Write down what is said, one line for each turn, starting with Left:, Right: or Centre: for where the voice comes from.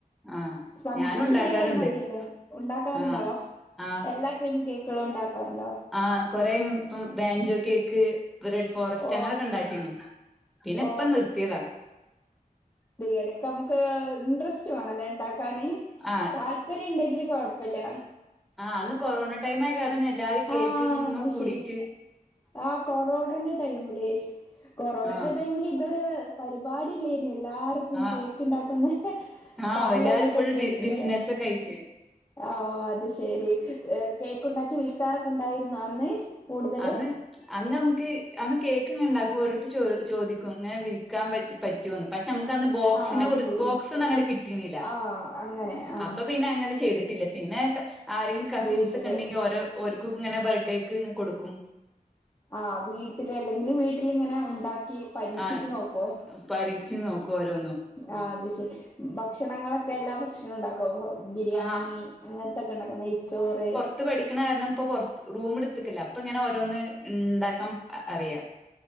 Centre: ആ
Left: സ്പഞ്ച്
Centre: ഞാനും
Left: ശരിയായ
Centre: ഉണ്ടാക്കാറുണ്ട്
Left: മതിയല്ലേ ഉണ്ടാക്കാറുണ്ടോ
Centre: ആ ആ
Left: എല്ലാ ക്രീം കേക്കുകളും ഉണ്ടാക്കാറുണ്ടോ
Centre: ആഹ് കൊറെങ്ങ ഇപ്പം ബാഞ്ചെ കേക്ക് റെഡ് ഫോറസ്റ്റ്
Left: ഓ
Centre: അങ്ങനെയൊക്കെ ഉണ്ടാക്കിരുന്നു പിന്നെ
Left: ഓ
Centre: ഇപ്പ നിർത്തിയതാ
Left: ഇടക്ക നമുക്ക് ഇൻട്രസ് ണല്ലേ ഉണ്ടാക്കാാന്
Centre: ആ
Left: താല്പര്യം ഉണ്ടെങ്കില് കുഴപ്പില്ല
Centre: ആഹ് അന്ന് കൊറോണ ടൈം ആയ കാരണം എല്ലാരും കേക്ക്
Left: ആ
Centre: മ്മെ
Left: അത്
Centre: കൂടിറ്റ്
Left: ശരി ആഹ് കൊറോണന്റെ ടൈമില് കൊറോണന്റെ
Centre: ആ
Left: ടൈമില് ഇതൊരു പരിപാടില്ലേന് എല്ലാവർക്കും
Centre: ആ
Left: കേക്ക് ഉണ്ടാക്കുന്ന
Centre: ആഹ്
Left: പലവിധ
Centre: എല്ലാരും ഫുൾ
Left: കേക്കുകൾ
Centre: ബി ബിസിനസ് ഒക്കെ ആയിറ്റ്
Left: ആഹ് അത് ശെരി കേക്ക് ഉണ്ടാക്കി വിൽക്കാനെക്കെ ഉണ്ടായിരുന്ന അന്ന് കൂടുതലും
Centre: അന്ന് അന്ന് നമുക്ക് അന്ന് കേക്ക് ങ്ങനെ ഉണ്ടാക്കും ഓരോരുത്ത ച ചോദിക്കും ഇങ്ങനെ വിൽക്കാൻ പറ്റ റ്റ പെ നമുക്ക് അന്ന് ബോക്സിന
Left: ആഹ് അത് ശെരി
Centre: ബോക് ഒന്നും അങ്ങനെ കിട്ടുന്നില്ല
Left: ആഹ് അങ്ങനെ ആഹ്
Centre: അപ്പൊ പിന്നെ അങ്ങനെ ചെയ്തിട്ടില്ലേ പിന്നെ ആരെങ്കിലും കസിൻസ്
Left: വീട്ടില്
Centre: ഒക്കെ ഉണ്ടെങ്കിൽ ഓരോഓർക്കും ഇങ്ങനെ ബർത്ത്ഡേ ഒക്കെ ഇ കൊടുക്കും
Left: ആഹ് വീട്ടില് അല്ലെങ്കിൽ വീട്ടിലിങ്ങനെ ഉണ്ടാക്കി പരീക്ഷിച്ചച്ച്
Centre: ആഹ്
Left: നോക്കോ
Centre: പരീക്ഷിച്ച് നോക്കും ഓരോന്നും
Left: ആഹ് അത് ശെരി ഭക്ഷണങ്ങളൊക്കെ എല്ലാ ഭക്ഷണ ഉണ്ടാക്കോ ബിരിയാണി
Centre: ആഹ്
Left: അങ്ങനത്തൊക്കെ ഉണ്ടാക്കും നെയ്ച്ചോറ്
Centre: ത്ത് പഠിക്കണ കാരണം ഇപ്പൊറ റൂം എടുത്തിക്കില്ല അപ്പൊ ഇങ്ങനെ ഓരോന്ന് ഉണ്ടാക്കാൻ അറിയാം